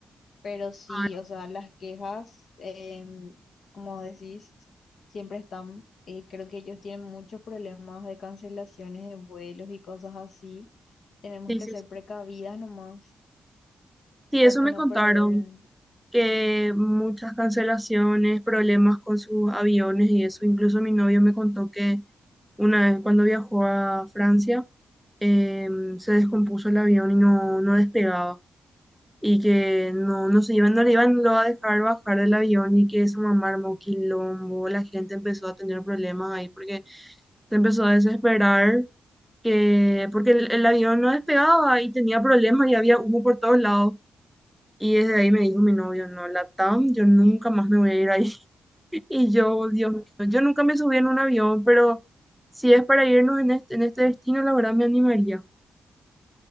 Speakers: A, on the left; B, in the centre.
A: Pero sí,
B: Ay,
A: o sea, las quejas, em, como decís, siempre están, eh, creo que ellos tienen muchos problemas de cancelaciones de vuelos y cosas así. Tenemos
B: sí,
A: que
B: sí,
A: ser
B: sí.
A: precavidas nomás
B: Sí,
A: para
B: eso me
A: no
B: contaron,
A: perder.
B: que muchas cancelaciones, problemas con sus aviones y eso. Incluso mi novio me contó que una vez cuando viajó a Francia, em, se descompuso el avión y no, no despegaba. y que no, no se iban, no le iban luego a dejar bajar del avión y que eso mamá armó quilombo, la gente empezó a tener problemas ahí porque se empezó a desesperar que porque el, el avión no despegaba y tenía problemas y había humo por todos lados. Y desde ahí me dijo mi novio, no, Latam, yo nunca más me voy a ir ahí. <laughs> Y yo, Dios mío, yo nunca me subí en un avión, pero si es para irnos en este, en este destino, la verdad me animaría.